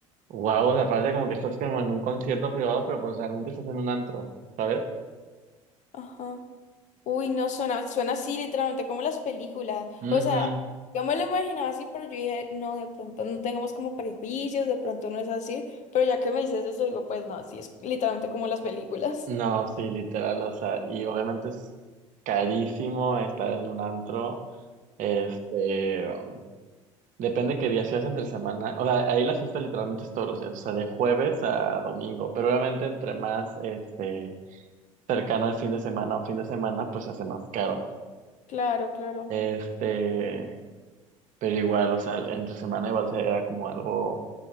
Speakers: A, on the right; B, on the left.
A: wow, o sea, parece como que estás como en un concierto privado, pero pues realmente estás en un antro, ¿sabes?
B: Ajá. Uy, no, suena, suena así literalmente como las películas. O
A: Ujú.
B: sea, yo me lo imaginaba así, pero yo dije, no, de pronto no tengamos como prejuicios, de pronto no es así. Pero ya que me dices eso, digo, pues no, sí, es literalmente como las películas.
A: No, sí, literal, o sea, y obviamente es carísimo estar en un antro, este, um, depende qué día seas entre semana, o sea, ahí la fiesta literalmente es todos los días, o sea, de jueves a domingo, pero obviamente entre más, este, cercano al fin de semana o fin de semana, pues se hace más caro,
B: Claro, claro.
A: este, pero igual, o sea, entre semana igual se- era como algo